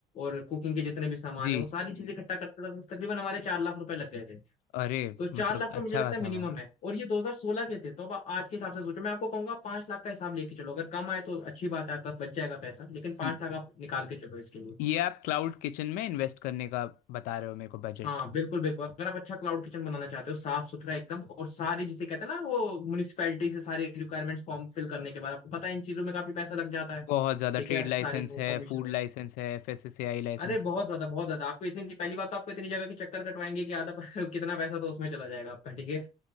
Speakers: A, on the left; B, on the left.
A: और कुकिंग के जितने भी सामान
B: जी
A: है वो सारी
B: जी
A: चीजें इकट्ठा करते तक तकरीबन हमारे चार लाख रुपए लग गए थे
B: अरे
A: तो चार
B: मतलब
A: लाख
B: अच्छा
A: तो मुझे लगता
B: खासा
A: है मिनिमम
B: अमाउंट
A: है और ये 2016 के थे तो अब आप आज के हिसाब से सोचो मैं आपको कहूंगा पांच लाख का हिसाब लेके चलो अगर कम आए तो अच्छी बात है आपका बच जाएगा पैसा लेकिन पांच
B: ये
A: लाख आप निकाल के चलो इसके लिए
B: ये आप क्लाउड किचन में इन्वेस्ट करने का बता रहे हो मेरे को बजट
A: हाँ बिल्कुल बिल्कुल अगर आप अच्छा क्लाउड किचन बनाना चाहते हो साफ सुथरा एकदम और सारे जिसे कहते हैं ना वो म्यूनिसिपैलिटी से सारे रिक्वायरमेंट्स फॉर्म फिल करने के बाद आपको पता है इन चीजों में काफी पैसा लग जाता है
B: बहुत ज़्यादा
A: ठीक
B: ट्रेड
A: है
B: लाइसेंस
A: सारी वो
B: है
A: परमिशन
B: फूड
A: वगैरह
B: लाइसेंस है एफएससीआई लाइसेंस
A: अरे बहुत
B: है
A: ज्यादा बहुत ज्यादा आपको इतनी पहली बात तो आपको इतनी जगह के चक्कर कटवाएंगे कि आधा <laughs> कितना पैसा तो उसमें चला जाएगा आपका ठीक है